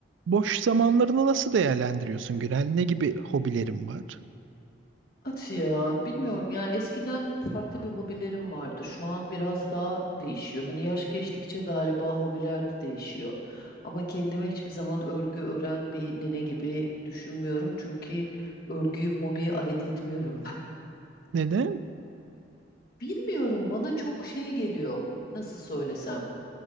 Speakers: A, on the right; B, on the left.
A: Boş zamanlarını nasıl değerlendiriyorsun Günel? Ne gibi hobilerin var?
B: At ya bilmiyorum yani eskiden farklı bir hobilerim vardı. Şu an biraz daha değişiyor. Hani yaş geçtikçe galiba hobiler de değişiyor. Ama kendime hiçbir zaman örgü ören bir nene gibi düşünmüyorum. Çünkü örgüyü hobiye ait etmiyorum ben.
A: Neden?
B: <laughs> Bilmiyorum bana çok şey geliyor. Nasıl söylesem?